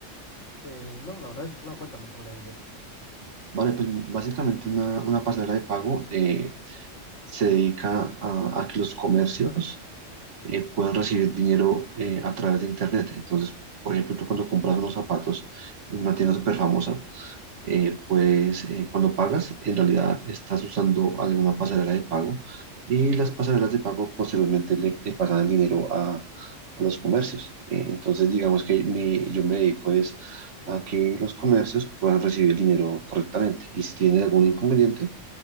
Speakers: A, on the left (about 75°); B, on the right (about 70°).
A: Eh, no, la verdad es que no, cuéntame sobre ello.
B: Vale, pues básicamente una, una pasarela de pago eh, se dedica a a que los comercios eh, pueden recibir dinero eh, a través de Internet. Entonces, por ejemplo, tú cuando compras unos zapatos en una tienda súper famosa, eh, pues eh, cuando pagas, en realidad estás usando alguna pasarela de pago y las pasarelas de pago posteriormente le, le pasan el dinero a, a los comercios. Eh, entonces, digamos que mi, yo me dedico es a que los comercios puedan recibir el dinero correctamente y si tienen algún inconveniente,